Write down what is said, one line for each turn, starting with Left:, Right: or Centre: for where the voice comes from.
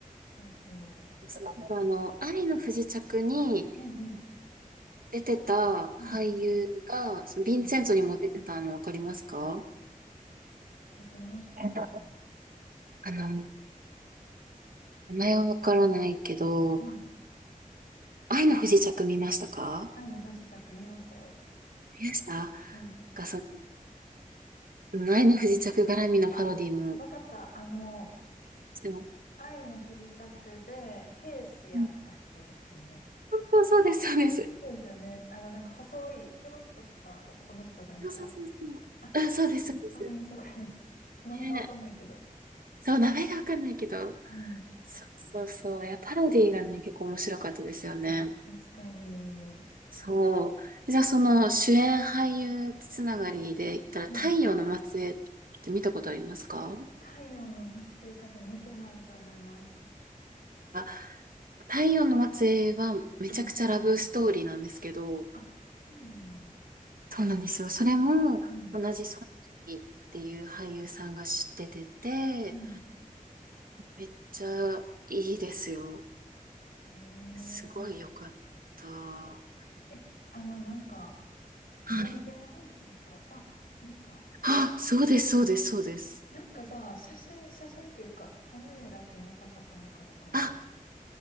Left: そうそ
Right: え、そう、あとあの、愛の不時着に
Left: う。うんうん。
Right: 出てた俳優が、
Left: うん。
Right: そのヴィンセントにも出てたのわかりますか
Left: うん。えっと、どの人かな
Right: あの、名前はわからないけど、
Left: うん。
Right: 愛の不時着見ましたか
Left: 愛の不時着見ましたよ。
Right: 見ましたなん
Left: うん。
Right: かその、愛の不時着絡みのパロディも
Left: あ、わかった。あの、
Right: してます。
Left: 愛の不時着で兵士やった人ですよね。
Right: うんそうそうです、そうです。
Left: そうですよね。あの、なんか細い、ひょろっとした男の人じゃないですか。
Right: そうそうそうそう。
Left: あ、
Right: あ、そうです、そうです。
Left: わかります、わかります。名前わかんないけど。
Right: ね。そう、名前がわかんないけど。
Left: うん。
Right: そうそうそう。いや、パロディーがね、結構面白かったですよね。
Left: 確かに。
Right: そう。じゃあ、その主演俳優つながりで言ったら、
Left: うん。
Right: 太陽の末裔って見たことありますか
Left: 太陽の末裔多分見てないと思います。
Right: あ、太陽の末裔はめちゃくちゃラブストーリーなんですけど、
Left: うん。あ、そうなんや。
Right: そうなんですよ。それも同じソン・
Left: うん。
Right: イっていう俳優さんがし出てて、
Left: うん。
Right: めっちゃいいですよ。
Left: へ
Right: すごいよかった。は
Left: え。え、あの、なんか、軍人の話ですかか、
Right: い。
Left: なんか、
Right: あ、そうです、そうです、そうです。
Left: なんかじゃあ、写真、写真っていうか、サムネだけ見たことあるかもわかんないです。
Right: あ、